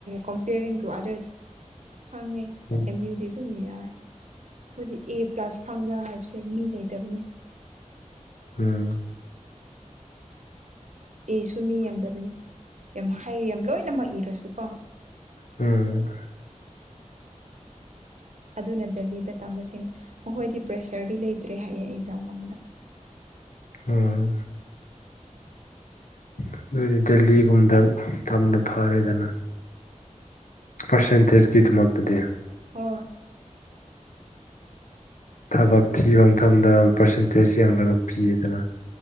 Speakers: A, on the right (about 65°); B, on the left (about 75°).
A: ꯀꯝꯄꯤꯌꯔꯤꯡ ꯇꯨ ꯑꯥꯗꯔꯁ ꯈꯪꯉꯦ
B: ꯎꯝ
A: ꯑꯦꯝ ꯌꯨꯗꯤ ꯑꯗꯨꯝ ꯌꯥ ꯑꯩꯈꯣꯏꯗꯤ ꯑꯦ ꯄ꯭ꯂꯁ ꯐꯪꯕ ꯍꯥꯏꯕꯁꯦ ꯃꯤ ꯂꯩꯇꯕꯅꯤ
B: ꯎꯝ
A: ꯑꯦꯁꯨ ꯃꯤ ꯌꯥꯝꯗꯕꯅꯤ ꯌꯥꯝ ꯍꯥꯏꯔꯤ ꯌꯥꯝ ꯂꯣꯏꯅꯃꯛ ꯏꯔꯁꯨ ꯀꯣ
B: ꯎꯝ
A: ꯑꯗꯨꯅ ꯗꯦꯜꯂꯤꯗ ꯇꯝꯕꯁꯤꯡꯅꯦ ꯃꯈꯣꯏꯗꯤ ꯄ꯭ꯔꯦꯁꯔꯗꯤ ꯂꯩꯇ꯭ꯔꯦ ꯍꯥꯏꯌꯦ ꯑꯦꯛꯖꯥꯝ ꯑꯃꯗ
B: ꯎꯝ ꯑꯗꯨꯏꯗꯤ ꯗꯦꯜꯂꯤꯒꯨꯝꯗ ꯇꯝꯅ ꯐꯔꯦꯗꯅ ꯄꯔꯁꯦꯟꯇꯦꯖ ꯒꯤꯠ ꯃꯛꯇꯗꯤ
A: ꯍ
B: ꯊꯕꯛ ꯊꯤꯕ ꯃꯇꯝꯗ ꯄꯥꯔꯁꯦꯟꯇꯦꯖ ꯌꯦꯡꯂꯒ ꯄꯤꯌꯦꯗꯅ